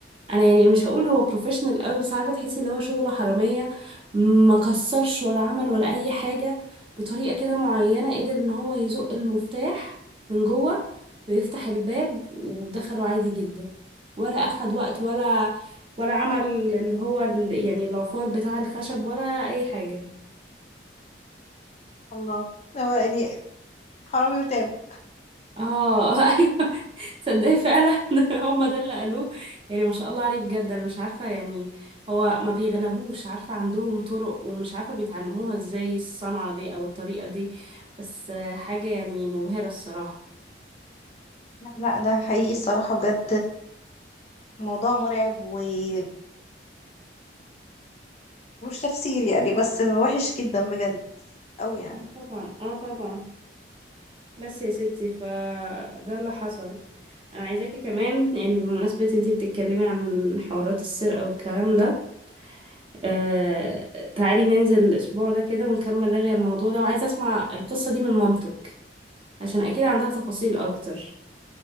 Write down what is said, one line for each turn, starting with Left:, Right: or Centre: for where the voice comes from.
Right: انا يعني مش هقول هو بروفيشنال قوي بس عارفه تحسي ان هو شغله حراميه ما كسرش ولا عمل ولا اي حاجه بطريقه كده معينه قدر ان هو يزق المفتاح من جوه ويفتح الباب ودخلوا عادي جدا ولا اخد وقت ولا ولا عمل اللي هو ال- يعني العفار بتاع الخشب ولا اي حاجه
Left: الله هو يعني حرامي وتاب
Right: اه <laughs> ايوه تصدقي فعلا <laughs> هما ده اللي قالوه يعني ما شاء الله عليه بجد انا مش عارفه يعني هو ما بيغلبوش عارفه عندهم طرق ومش عارفه بيتعلموها ازاي الصنعه دي او الطريقه دي بس آه، حاجه يعني مبهره الصراحه
Left: لا لا ده حقيقي الصراحة بجد موضوع مرعب وملوش تفسير يعني بس وحش جدا بجد أوي يعني
Right: اه طبعا اه طبعا بس يا ستي فده اللي حصل انا عايزاكي كمان يعني بمناسبه انتي بتتكلمي عن حوارات السرقه والكلام ده آه، تعالي ننزل الأسبوع ده كده ونكمل رغي الموضوع ده وعايزة أسمع القصة دي من مامتك عشان أكيد عندها تفاصيل أكتر